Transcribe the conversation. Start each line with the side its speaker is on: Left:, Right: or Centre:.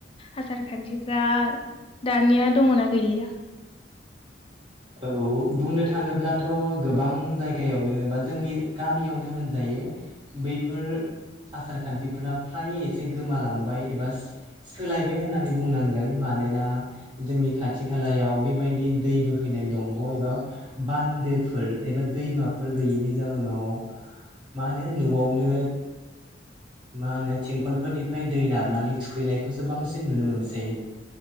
Left: आसार खानथिफ्रा दानिया दङना गैलिया?
Right: औ बुंनो थाङोब्लाथ' गोबां जायगायावनो बा जोंनि गामियावनो होनजायो बैफोर आसार खान्थिफोरा फ्राय एसे गोमालांबाय एबा सोलायबाय होननानै बुंनांगोन मानोना जोंनि खाथि खालायाव बेबायदि दैबो फैनाय दंग एबा बान्दोफोर एबा दैमाफोर गैयैनि जाउनाव मा होनो न'आवनो मा होनो थिंखलफोरनिफ्राय दै नारनानै थुखैनायखौसो बांसिन नुनो मोनसै